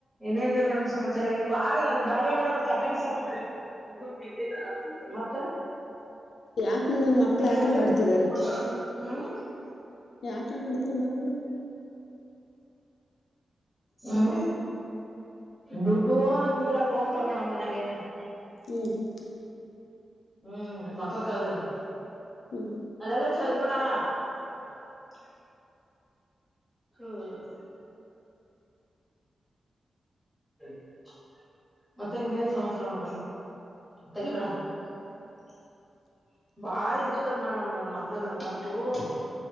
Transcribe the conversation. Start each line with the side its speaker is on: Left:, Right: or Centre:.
Centre: ಇನ್ನ ಏನ್ರೀ ಮೇಡಂ ಸಮಾಚಾರ ಈವ್ ಬಾರಿ ಇದನ್ನ ಬ್ಯಾಡ ವೆ ಬೇಡ ತಟ್ಟೆ ಬಿಸಕ <unintelligible> ಹೂ ರಿ ಉಗಳ ತಿಂದಿದಾ ಮತ್ತ? <unintelligible>
Left: ಯಾಕ್ ಮೇಡಮ್ ಮಕ್ಳು ಯಾಕಂಗ್
Centre: ಏನ್ ರೀ
Left: ಆಡ್ತಿದ್ದಾರೆ
Centre: ಊಟಾ ಹ <unintelligible>
Left: ಯಾಕಂಗ ಆಡ್ತಾರ ಮಕ್ಕಳು? <unintelligible>
Centre: ಹೂ ದೊಡ್ಡವ ನೀರ್ ಹಂಗ ಹೋಗ್ತಾವ ಮೇಡಂ ಮನೆಗೆ <unintelligible>
Left: ಹೂ <unintelligible>
Centre: ಹೂ ಮಕ್ಕಳ ಕಾಲದಾಗೆ
Left: ಹ್ಮ್
Centre: ಅಲ್ಲಲ್ಲ <unintelligible> ಚೆಲ್ಲ ಬೇಡಾ? <unintelligible> ಹೂ <unintelligible> ಸರಿ <unintelligible> ಮತ್ತೆ ಇನ್ನೇನ ಸಮಾಚರ ಮೇಡಂ ತಗಿಬೇಡ. <unintelligible> ಬಾರಿ ಡಿಸ್ಟರ್ಬ್ ಮೇಡಂ ನನ್ನ ಮಕ್ಕಳು ನನಗಂತೂ <unintelligible>